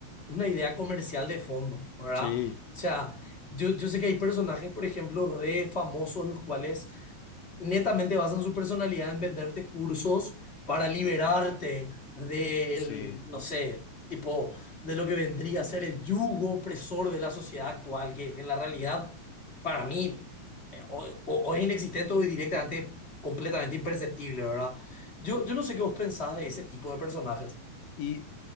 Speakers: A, on the left (about 25°); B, on the left (about 65°).
A: una idea comercial de fondo, ¿verdad?
B: Sí,
A: O sea, yo, yo sé que hay personajes, por ejemplo, re famosos, los cuales netamente basan su personalidad en venderte cursos para liberarte del,
B: sí.
A: no sé, tipo, de lo que vendría a ser el yugo opresor de la sociedad actual, que en la realidad para mí, eh, o, o- o es inexistente o es directamente completamente imperceptible, ¿verdad? Yo, yo no sé qué vos pensás de ese tipo de personajes.
B: Y